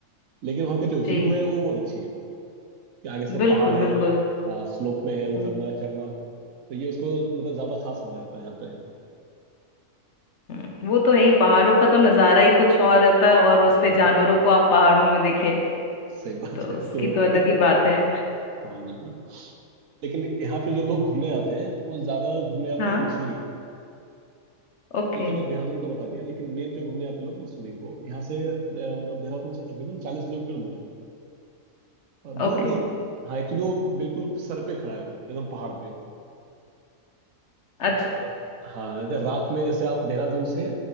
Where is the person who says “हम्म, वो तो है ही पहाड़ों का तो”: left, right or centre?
Left